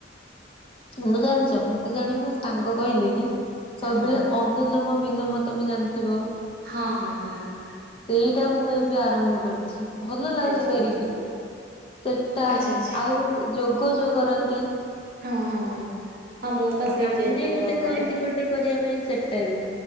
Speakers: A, on the left; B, on the right.
A: ତମେ ଜାଣିଛ ମତେ ଜଣେ ମୋ ସାଙ୍ଗ କହିଲେ କି ସବୁବେଳେ
B: ହଁ
A: ଅ ନିଲମ ବିଲୋମ ତମେ ଜାଣିଥିବ।
B: ହଁ ହଁ ହଁ ହଁ।
A: ସେଇଟା ମୁଁ ଏବେ ଆରମ୍ଭ କରିଛି। ଭଲ ଲାଗୁଛି
B: ଆଚ୍ଛା
A: କରିକି
B: ଆଚ୍ଛା
A: ସେଟା
B: ଆଚ୍ଛା ଆଚ୍ଛା
A: ଆଉ ଗୋଟେ। ଯୋଗ ଯୋଉ କରନ୍ତି।
B: ହଁ ହଁ ହଁ ହଁ ମୁଁ ପା ସେଇ
A: ବ୍ରାମ୍
B: ଯେ ଯୋଗ
A: ଗୋଟେ
B: କରେ
A: କୁହନ୍ତି ଗୋଟେ କରିବା ପାଇଁ ସେଟା ବି।